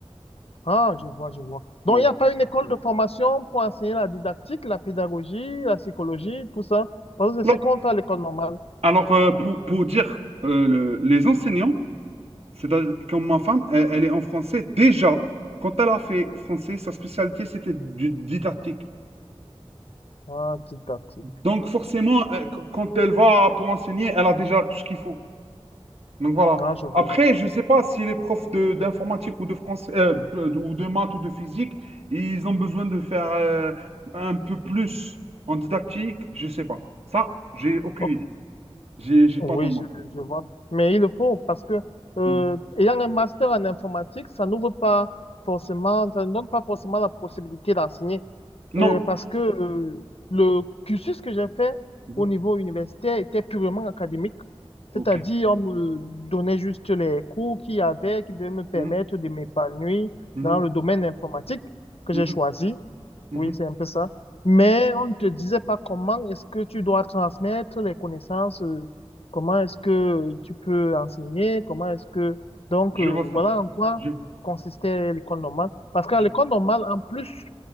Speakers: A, on the left; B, on the right.
A: Ah, je vois, je vois. Donc,
B: Ouais.
A: il n'y a pas une école de Mm. formation pour enseigner la didactique, la pédagogie, la psychologie, tout ça. Parce que
B: Alors,
A: c'est ce qu'on fait à l'école normale.
B: alors, euh, pour, pour dire euh, le- les enseignants, c'est-à-dire comme ma femme, elle, elle est en français déjà. Quand elle a fait français, sa spécialité, c'était du- didactique.
A: Ah, didactique.
B: Donc forcément, euh, qu- quand elle va pour enseigner, elle a déjà tout ce qu'il faut. Donc voilà.
A: Ah, je vois.
B: Après, je ne sais pas si les profs de- d'informatique ou de français euh, de- ou de maths ou de physique, ils ont besoin de faire euh, un peu plus en didactique. Je ne sais pas. Ça, j'ai aucune
A: Ok.
B: idée. J'ai, j'ai
A: Oui,
B: pas demandé.
A: je, je vois. Mais il le faut parce que, euh,
B: Mhm.
A: ayant un master en informatique, ça n'ouvre pas forcément, ça ne donne pas forcément la possibilité d'enseigner. Euh,
B: Non.
A: parce que euh, le cursus que j'ai fait
B: Mhm.
A: au niveau universitaire était purement académique,
B: Ok.
A: c'est-à-dire on me donnait juste les cours qu'il y avait qui devaient me permettre
B: Mhm.
A: de m'épanouir
B: Mhm.
A: dans le domaine informatique que
B: Mhm.
A: j'ai choisi.
B: Mhm.
A: Oui, c'est un peu ça. Mais on ne te disait pas comment est-ce que tu dois transmettre les connaissances, euh, comment est-ce que tu peux enseigner, comment est-ce que... Donc,
B: Je
A: euh,
B: vois
A: voilà
B: ça.
A: en quoi
B: Je-
A: consistait l'école normale. Parce qu'à
B: je-
A: l'école normale, en plus